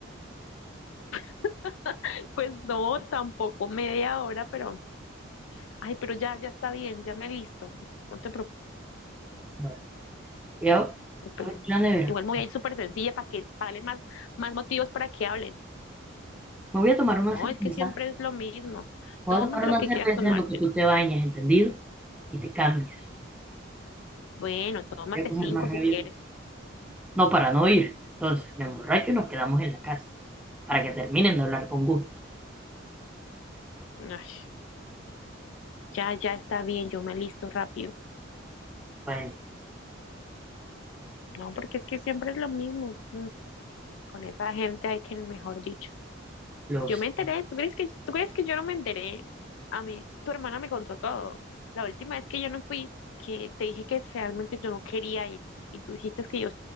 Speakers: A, on the left; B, in the centre.
A: <laughs> Pues no, tampoco media hora, pero Ay, pero ya, ya está bien, ya me listo, no te
B: Bueno, voy a
A: preocupes.
B: abrir la nevera.
A: Igual me voy a ir súper sencilla para que para darle más, más motivos para que hablen.
B: Me voy a tomar una
A: No,
B: cerveza.
A: es que siempre
B: Me
A: es lo mismo.
B: voy
A: Tómate
B: a tomar una
A: lo que
B: cerveza
A: quieras tomarte.
B: en lo que tú te bañas, ¿entendido? Y te cambias.
A: Bueno, tómate
B: Voy a coger
A: cinco
B: más rabia.
A: si quieres.
B: No, para no ir. Entonces, me emborracho y nos quedamos en la casa. Para que terminen de hablar con gusto.
A: Ay, ya, ya está bien, yo me listo rápido.
B: Bueno,
A: No, porque es que siempre es lo mismo. Mm, Con esa gente hay que, mejor dicho.
B: los...
A: Yo me enteré, ¿tú crees que, tú crees que yo no me enteré? A mí, tu hermana me contó todo. La última vez que yo no fui, que te dije que realmente yo no quería ir y tú dijiste que yo